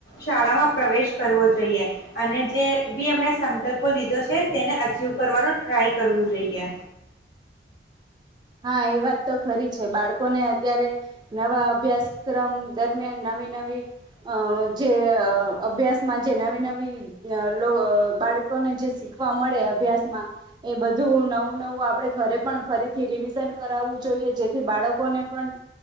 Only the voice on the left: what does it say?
શાળામાં પ્રવેશ કરવો જોઈએ, અને જે બી એમણે સંકલ્પો લીધો છે તેને અચિવ કરવાનો ટ્રાય કરવો જોઈએ.